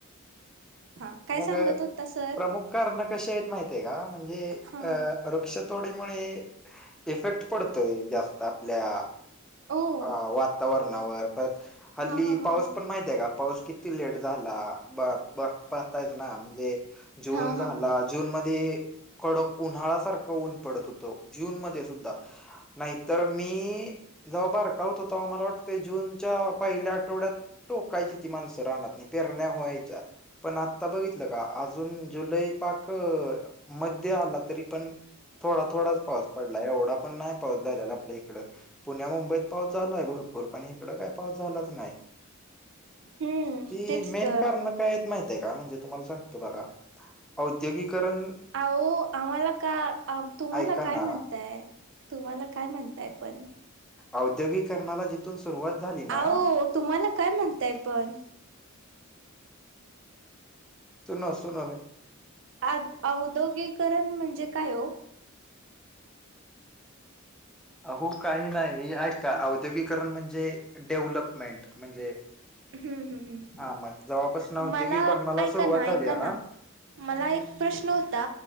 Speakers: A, on the right; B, in the centre.
A: हा काय
B: मग
A: सांगत होता सर
B: प्रमुख कारण कशी आहेत माहिती माहितीय का म्हणजे
A: हा
B: अ वृक्षतोडीमुळे इफेक्ट पडतोय जास्त आपल्या
A: हो
B: अ वातावरणावर परत हल्ली
A: हा हा हा
B: पाऊस
A: हा
B: पण माहित आहे का पाऊस किती किती लेट झाला ब ब पाहतायच ना म्हणजे जून
A: हा
B: झाला
A: हा हा
B: जूनमध्ये कडक उन्हाळ सारखं ऊन पडत होतं जूनमध्ये सुद्धा नाही तर मी जवा बरका होतो तवा मला वाटतय जूनच्या पहिल्या आठवड्यात टोकायची ती माणसं रानातनी पेरण्या व्हायच्या पण आता बघितलं का अजून जुलै पाक मध्य आला तरी पण थोडा थोडाच पाऊस पडलाय एवढा पण नाही पाऊस झाल्याला आपल्या इकडं पुण्या मुंबईत पाऊस झालाय भरपूर पण इकडं काही पाऊस झालाच नाही
A: हम्म
B: ते
A: तेच
B: मेन
A: तर
B: कारण माहित का म्हणजे तुम्हाला सांगतो बघा औद्योगीकरण
A: अहो आम्हाला का तुम्हाला
B: ऐका
A: काय
B: ना
A: म्हणताय तुम्हाला काय म्हणताय पण
B: औद्योगिककरणाला जिथून सुरुवात झाली
A: अहो
B: ना
A: तुम्हाला काय म्हणताय पण
B: सुनाव सुनाव
A: आद औद्योगिकरण म्हणजे काय हो
B: अहो काही नाही ऐका औद्योगीकरण म्हणजे डेव्हलपमेंट म्हणजे
A: हम्म हम्
B: हा मग जेव्हापासून
A: हम्
B: औद्योगिकरणाला
A: मला ऐका
B: सुरुवात
A: ना
B: झाली
A: ऐका
B: हा
A: ना मला एक प्रश्न होता